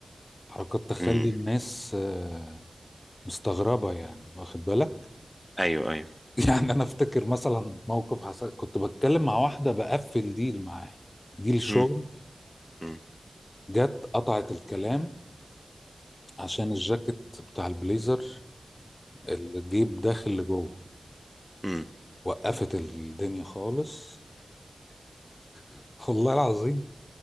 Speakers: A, on the left; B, in the centre.
A: حركات تخلي
B: امم
A: الناس آه، مستغربة يعني واخد بالك
B: ايوه ايوه
A: <laughs> يعني انا افتكر مثلا موقف حصل كنت بتكلم مع واحدة بقفل ديل معاها ديل شغل
B: امم امم
A: جت قطعت الكلام عشان الجاكيت بتاع البليزر الجيب داخل لجوه
B: امم
A: وقفت الدنيا خالص <laughs> والله العظيم